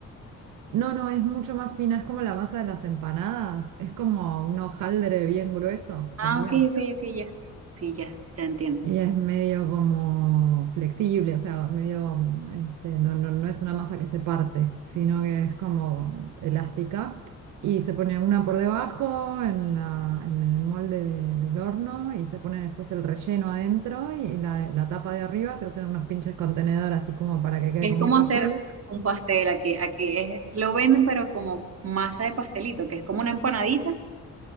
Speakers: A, on the right; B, on the right.
A: No, no, es mucho más fina, es como la masa de las empanadas, es como un hojaldre bien grueso,
B: Ah,
A: sería.
B: ok, ok, ok, ya. Sí, ya, ya entiendo.
A: Ella es medio como flexible, o sea, medio, mm, este, no, no, no es una masa que se parte, sino que es como elástica. Y se pone una por debajo en la, en el molde de- del horno y se pone después el relleno adentro y la, la tapa de arriba se hacen unos pinches contenedor así como para que quede
B: Es
A: como
B: como
A: un pastel.
B: hacer un pastel aquí. Aquí es, lo venden, pero como masa de pastelito, que es como una empanadita,